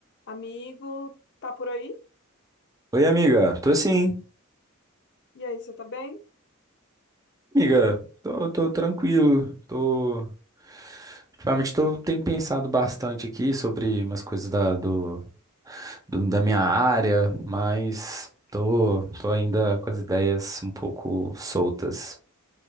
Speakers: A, on the left; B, on the right.
A: Amigo, tá por aí?
B: Oi, amiga. Tô sim,
A: E aí, você tá bem?
B: amiga. Tô, tô tranquilo. Tô. Ultimamente tô, tenho pensado bastante aqui sobre umas coisas da, do, do- da minha área, mas tô, tô ainda com as ideias um pouco soltas.